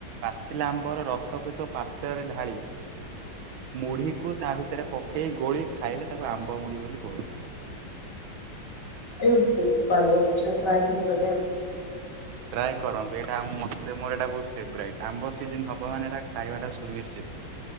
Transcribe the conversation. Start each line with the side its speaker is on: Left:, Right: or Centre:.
Right: ପାଚିଲା ଆମ୍ବର ରସକୁ ଏକ ପାତ୍ରରେ ଢାଳି ମୁଢିକୁ ତା ଭିତରେ ପକେଇ ଗୋଳି ଖାଇଲେ ତାକୁ ଆମ୍ବ ମୁଢି ବୋଲି କୁହନ୍ତି।
Left: ଏ ବୋପାଲୋ ଆଚ୍ଛା ଟ୍ରାଏ କେବେ କରିବା ଆଉ।
Right: ଟ୍ରାଏ କରନ୍ତୁ ଏଇଟା ମତେ ମୋର ଏଇଟା ବୋହୁତ୍ ଫେବରାଇଟ୍ ଆମ୍ବ ସିଜିନ୍ ହବ ମାନେ ଏଟା ଖାଇବାଟା ସୁନିଶ୍ଚିତ୍।